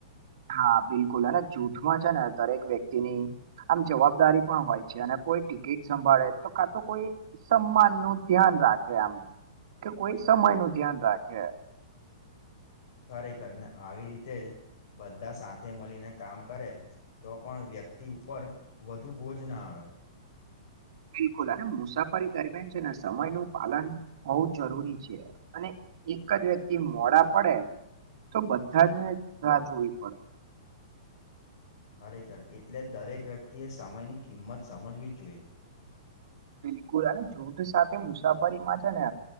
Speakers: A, on the right; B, on the left.
A: હા બિલકુલ. અને જૂઠમાં છે ને દરેક વ્યક્તિની આમ જવાબદારી પણ હોય છે. અને કોઈ ટિકિટ સંભાળે, તો કા તો કોઈ સમાનનું ધ્યાન રાખે આમ, કે કોઈ સમયનું ધ્યાન રાખે.
B: ખરેખર. ને આવી રીતે જ બધા સાથે મળીને કામ કરે તો પણ વ્યક્તિ ઉપર વધુ બોજ ન આવે.
A: <inaudible> બિલકુલ. અને મુસાફરી દરમિયાન છે ને સમયનું પાલન હોવું જરૂરી છે. અને એક જ વ્યક્તિ મોડા પડે તો બધાં જ ને રાહ જોવી પડે.
B: ખરેખર એટલે દરેક વ્યક્તિએ સમયની કિંમત સમજવી જ જોઈએ.
A: બિલકુલ. અને જૂઠ સાથે મુસાફરીમાં છે ને